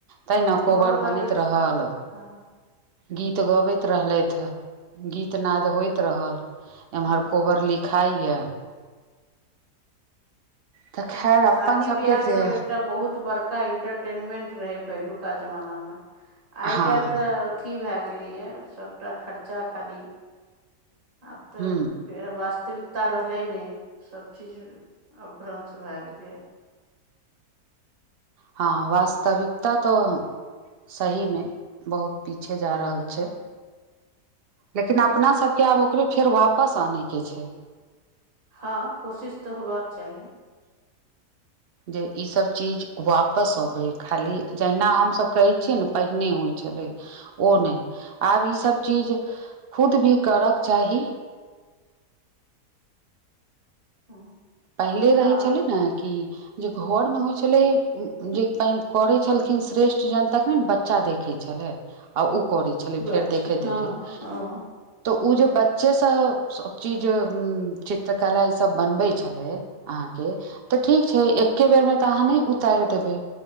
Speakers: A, on the right; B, on the right.
A: तेहि ने कोबर
B: मोन लागै
A: बनैत रहल
B: छै तऽ हँ
A: गीत गबैत रहलथि गीतनाद होइत रहल एम्हर
B: हँ,
A: कोबर लिखाइए तऽ खैर
B: शादी
A: अपन सबके
B: बियाह
A: तऽ
B: सब एकटा बहुत बड़का इंटर टेनमेंट रहै पहिलुका जमानामे आइ
A: हँ
B: काल्हि तऽ अथी भए गेलैए सबटा खर्चा खाली आब तऽ
A: ह
B: वास्तविकता रहलै नहि सब चीज अभ्रंश भए गेलै
A: हँ वास्तविकता तऽ सहीमे बहुत पीछे जा रहल छै लेकिन अपना सबके आब ओकरे फेर वापस आनैके छै
B: हँ कोशिश तऽ होबाक चाही
A: जे ईसभ चीज वापस अबै खाली जहिना हमसभ कहैत छिय ने पहिने होइ छलै ओ नहि आब ईसभ चीज खुद भी करऽके चाही
B: हँ
A: पहिले रहै
B: हँ
A: छलै ने कि जे घर में होइ छले जे करे छलखिन श्रेष्ठ जन तखने बच्चा देखैत छलै आ ओ करै छलै
B: ई बात
A: फेर
B: छै
A: देखैत
B: हँ
A: देखैत
B: हँ
A: तऽ ओ जे बच्चे सब सब चीज उ चित्रकला ई सब बनबे छै अहाँ तऽ ठीक छै एक बेर मे तऽ अहाँ उतार देबै